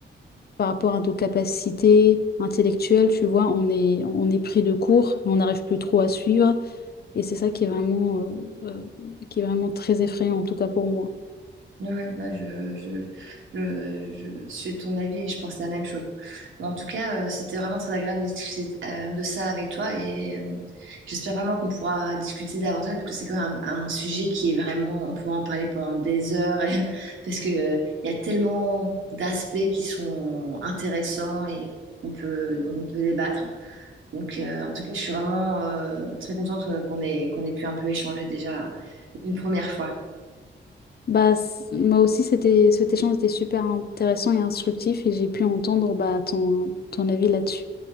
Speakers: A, on the left (about 50°); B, on the right (about 80°).
A: par rapport à nos capacités intellectuelles, tu vois, on est, on est pris de court, on n'arrive plus trop à suivre. Et c'est ça qui est vraiment, euh, euh, qui est vraiment très effrayant, en tout cas pour moi.
B: Ouais, ouais, bah je, je, je, je suis de ton avis et je pense la même chose. Mais en tout cas, euh, c'était vraiment très agréable de discuter euh, de ça avec toi et euh, j'espère vraiment qu'on pourra discuter davantage parce que c'est quand même un, un sujet qui est vraiment, on pourra en parler pendant des heures et- <laughs> parce que euh, il y a tellement d'aspects qui sont intéressants et on peut, dont on peut débattre. Donc, euh, en tout cas, je suis vraiment euh, très contente euh, qu'on ait, qu'on ait pu un peu échanger déjà une première fois.
A: Bah, c- moi aussi, c'était, cet échange était super intéressant et instructif et j'ai pu entendre bah, ton, ton avis là-dessus.